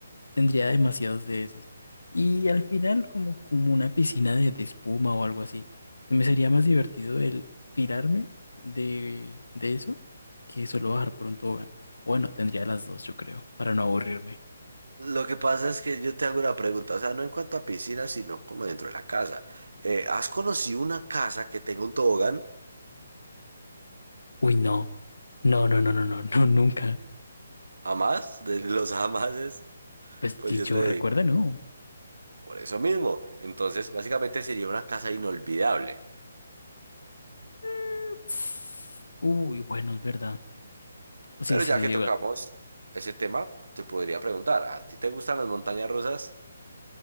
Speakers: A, on the left; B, on the right.
A: tendría demasiados de esos. Y al final como, como una piscina de, de espuma o algo así. Me sería más divertido el tirarme de, de eso que solo bajar por un tobogán. O bueno, tendría las dos, yo creo, para no aburrirme.
B: Lo que pasa es que yo te hago una pregunta, o sea, no en cuanto a piscinas, sino como dentro de la casa. Eh, ¿has conocido una casa que tenga un tobogán?
A: Uy, no, no, no, no, no, no, <laughs> no, nunca.
B: ¿Jamás? De los <laughs> jamases,
A: Pues
B: pues
A: que
B: yo
A: yo
B: te
A: recuerde,
B: digo,
A: no.
B: por eso mismo. Entonces, básicamente sería una casa inolvidable.
A: Mm, ts- Uy, bueno, es verdad. Sí,
B: Pero
A: sí,
B: ya
A: sí.
B: que tocamos
A: va-
B: ese tema, te podría preguntar, ¿a ti te gustan las montañas rusas?